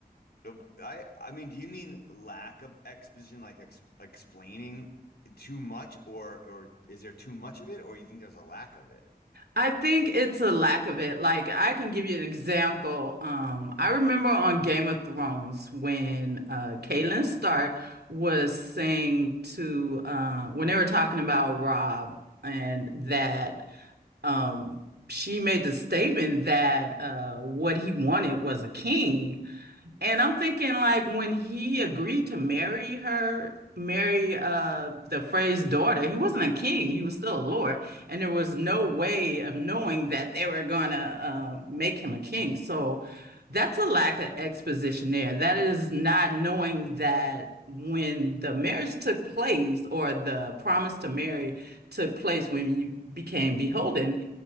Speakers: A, on the left; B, on the right.
A: Uh, I I mean, do you mean lack of exposition, like ex explaining too much, or or is there too much of it, or you think there's a lack of it?
B: I think it's a lack of it. Like I can give you an example. Um, I remember on Game of Thrones when uh Catelyn Stark was saying to uh when they were talking about Rob and that um she made the statement that uh what he wanted was a king. And I'm thinking like when he agreed to marry her, marry uh the Frey's daughter, he wasn't a king, he was still a lord, and there was no way of knowing that they were gonna uh, make him a king. So that's a lack of exposition there. That is not knowing that when the marriage took place or the promise to marry took place when you became beholden,